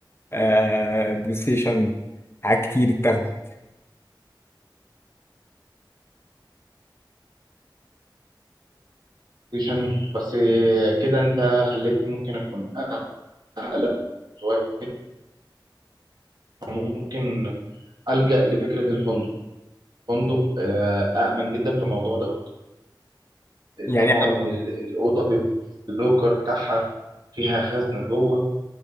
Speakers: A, on the left; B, on the right.
A: آه بلاي ستيشن حاجات كتير اتاخدت
B: ستيشن بس آه، كده أنت خليتني ممكن أكون أقلق شوية ممكن ألجأ لفكرة الفندق فندق آه، أأمن جدا في الموضوع دوت
A: يعني
B: طبعا ال- الأوضة بيبقى اللوكر بتاعها فيها خزنة جوه